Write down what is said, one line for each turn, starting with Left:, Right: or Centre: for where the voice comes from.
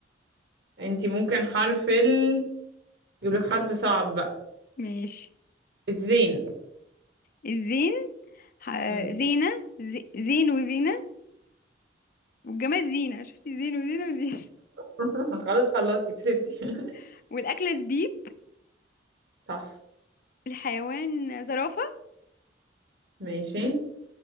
Right: انتي ممكن حرف ال يجيب لك حرف صعب بقى
Left: ماشي
Right: الزين
Left: الزين ح-
Right: مم.
Left: زينة زي- زين وزينة والجماد زينة شفتي زين وزينة وزينة
Right: <laughs> خلاص خلصتي كسبتي <laughs>
Left: <laughs> والأكلة زبيب
Right: صح
Left: الحيوان زرافة
Right: ماشي